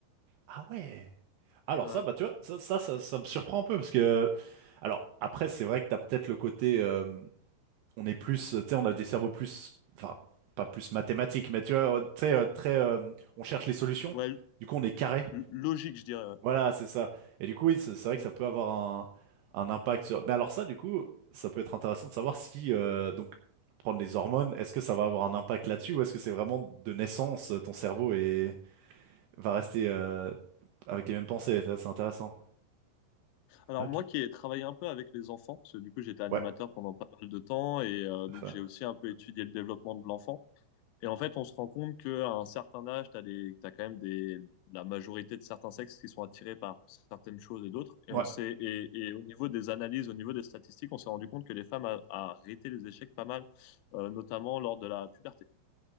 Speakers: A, on the right; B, on the left.
A: Ah ouais. Alors
B: Ouais,
A: ça, bah tu vois, ça, ça, ça, ça me surprend un peu parce que alors après c'est vrai que t'as peut-être le côté, euh, on est plus, tu sais, on a des cerveaux plus, enfin pas plus mathématiques, mais tu vois, euh, tu sais, euh, très, euh, on cherche les solutions.
B: ouais
A: Du coup, on est carré.
B: l- logique, je dirais. ouais.
A: Voilà, c'est ça. Et du coup, oui, c'est c'est vrai
B: Mhm.
A: que ça peut avoir un, un impact sur. Mais alors ça, du coup, ça peut être intéressant de savoir si euh, donc prendre les hormones, est-ce que ça va avoir un impact là-dessus ou est-ce que c'est vraiment de naissance ton cerveau et va rester euh, avec les mêmes pensées. Ça, C'est intéressant.
B: Alors
A: Ok.
B: moi qui ai travaillé un peu avec les enfants, parce que du coup j'étais animateur
A: Ouais.
B: pendant pas mal de temps, et euh,
A: Enfin,
B: donc j'ai aussi un peu étudié le développement de l'enfant. Et en fait, on se rend compte qu'à un certain âge, t'as des, t'as quand même des, la majorité de certains sexes qui sont attirés par certaines choses et d'autres. Et
A: ouais.
B: on sait, et, et au niveau des analyses, au niveau des statistiques, on s'est rendu compte que les femmes a- arrêtaient les échecs pas mal, euh, notamment lors de la puberté.